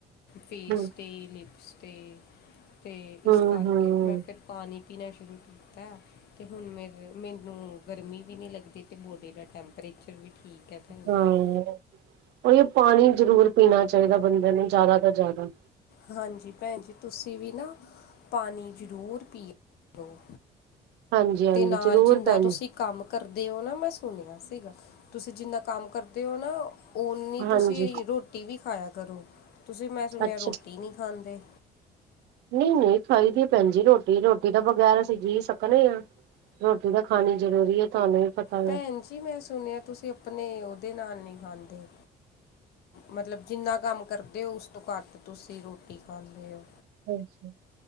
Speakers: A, on the left; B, on the right.
A: ਫੇਸ
B: ਹਮ
A: ਤੇ, ਲਿਪਸ ਤੇ। ਤੇ ਇਸ
B: ਹਮ
A: ਕਰਕੇ
B: ਹਮ
A: ਮੈਂ ਫਿਰ ਪਾਣੀ ਪੀਣਾ ਸ਼ੁਰੂ ਕੀਤਾ, ਤੇ ਹੁਣ ਮੇਰੇ ਮੈਨੂੰ ਗਰਮੀ ਵੀ ਨਹੀਂ ਲੱਗਦੀ ਤੇ ਬੋਡੀ ਦਾ ਟੈਂਪਰੇਚਰ ਵੀ ਠੀਕ ਹੈ ਭੈਣ ਜੀ
B: ਹਾਂ, ਓਹੀਓ ਪਾਣੀ ਜ਼ਰੂਰ ਪੀਣਾ ਚਾਹੀਦਾ ਬੰਦੇ ਨੂੰ ਜ਼ਿਆਦਾ ਤੋਂ ਜ਼ਿਆਦਾ।
A: ਹਾਂਜੀ ਭੈਣ ਜੀ ਤੁਸੀਂ ਵੀ ਨਾ ਪਾਣੀ ਜ਼ਰੂਰ ਪੀੋਆ ਕਰੋ
B: ਹਾਂਜੀ ਹਾਂਜੀ
A: ਤੇ ਨਾਲ
B: ਜ਼ਰੂਰ
A: ਜਿੰਨਾ
B: ਭੈਣ
A: ਤੁਸੀਂ
B: ਜੀ,
A: ਕੰਮ ਕਰਦੇ ਓ ਨਾ ਮੈਂ ਸੁਣਿਆ ਸੀਗਾ, ਤੁਸੀਂ ਜਿੰਨਾ ਕੰਮ ਕਰਦੇ ਓ ਨਾ ਓਨੀ ਤੁਸੀਂ
B: ਹਾਂਜੀ
A: ਰੋਟੀ ਵੀ ਖਾਇਆ ਕਰੋ, ਤੁਸੀਂ ਮੈਂ ਸੁਣਿਆ
B: ਅੱਛਾ
A: ਰੋਟੀ ਨੀ ਖਾਂਦੇ।
B: ਨਹੀਂ-ਨਹੀਂ ਖਾਈ ਦੀ ਭੈਣ ਜੀ ਰੋਟੀ ਰੋਟੀ ਤਾਂ ਬਗੈਰ ਅਸੀਂ ਜੀਅ ਸਕਨੇ ਆ। ਰੋਟੀ ਤਾਂ ਖਾਣੀ ਜ਼ਰੂਰੀ ਹੈ ਤੁਹਾਨੂੰ ਵੀ ਪਤਾ ਵੇ।
A: ਭੈਣ ਜੀ ਮੈਂ ਸੁਣਿਆ ਤੁਸੀਂ ਆਪਣੇ ਉਹਦੇ ਨਾਲ ਨੀ ਖਾਂਦੇ। ਮਤਲਬ ਜਿੰਨਾ ਕੰਮ ਕਰਦੇ ਓ ਉਸ ਤੋਂ ਘੱਟ ਤੁਸੀਂ ਰੋਟੀ ਖਾਂਦੇ ਓ।
B: ਅੱਛਾ